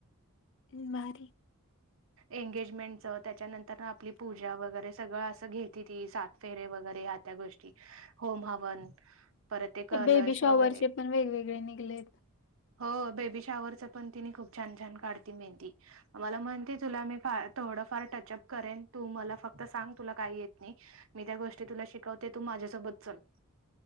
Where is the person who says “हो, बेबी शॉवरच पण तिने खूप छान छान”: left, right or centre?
Right